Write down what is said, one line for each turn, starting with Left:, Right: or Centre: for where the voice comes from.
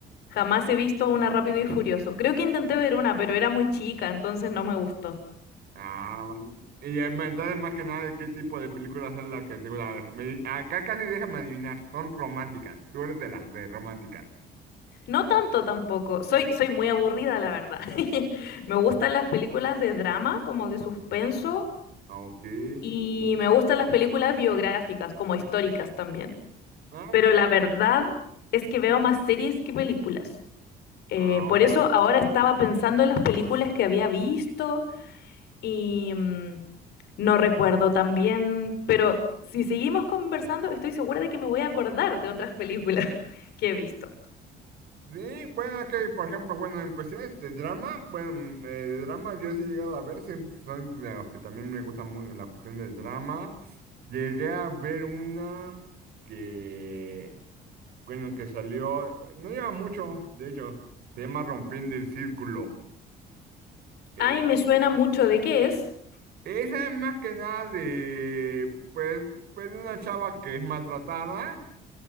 Left: Jamás he visto una Rápido y Furioso. Creo que intenté ver una, pero era muy chica, entonces no me gustó.
Right: Ah, bueno. Y em, entonces, más que nada, ¿qué tipo de películas es la que te gusta ver? Me- acá casi déjame adivinar, son románticas. Tú eres de las de románticas.
Left: No tanto tampoco. Soy, soy muy aburrida, la verdad. <laughs> Me gustan las películas de drama, como de suspenso,
Right: Ah, Ok.
Left: y me gustan las películas biográficas, como históricas también.
Right: Ah,
Left: Pero
Right: ok.
Left: la verdad es que veo más series que películas. Eh,
Right: Ah,
Left: por
Right: ok.
Left: eso ahora estaba pensando en las películas que había visto Y mm, no recuerdo también, pero si seguimos conversando, estoy segura de que me voy a acordar de otras películas <laughs> que he visto.
Right: Sí, bueno, es que, por ejemplo, bueno, en cuestiones de drama, bueno, mm, eh, de drama yo sí he llegado a ver, sí, son de los que también me gusta muy la cuestión del drama. Llegué a ver una que, bueno, que salió, no lleva mucho, de hecho, se llama Rompiendo el Círculo. Eh,
Left: Ay, me suena mucho de qué es.
Right: Esa es más que nada de, pues, pues de una chava que es maltratada,